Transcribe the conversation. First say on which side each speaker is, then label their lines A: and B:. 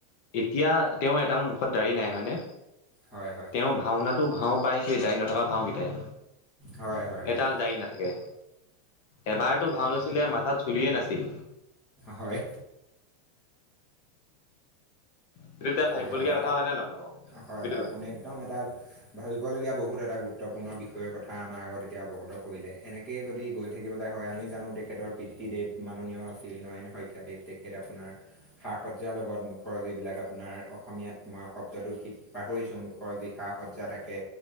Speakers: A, on the left; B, on the left.
A: এতিয়া তেওঁ এডাল মুখত দাৰি নাই হয়নে,
B: হয় হয় হয়
A: তেওঁৰ ভাওনাতো ভাও পাই সেই, ডাড়ী নথকা ভাওঁকেইটাই।
B: হয় হয়
A: এডাল দাৰি নাথাকে, এবাৰতো ভাওলৈ মাথাত, চুলিয়ে নাছিল।
B: হয়
A: সেইটো এতিয়া ভাবিবলগীয়া
B: হয়, হয়,
A: কথা নে নহয় বাৰু
B: হয়,
A: বুজি
B: হয়
A: পাইছা?
B: আপুনি একদম এটা ভাবিবলগীয়া বহুত এটা গুৰুত্বপূৰ্ণ বিষয়ৰ কথা আমাৰ আগত এতিয়া অৱগত কৰিলে, এনেকেই যদি গৈ থাকিবলৈ হয়, আমি জানো তেখেত পিতৃ দেৱ, মাননীয় শ্ৰীনাৰায়ন শইকীয়াদৱ, তেখেত আপোনাৰ সা সজ্জাৰ লগত মুখৰ যিবিলাক আপোনাৰ অসমীয়াত মই শব্দটো ঠিক পাহৰিছোঁ, মুখৰ যষা সজ্জা থাকে।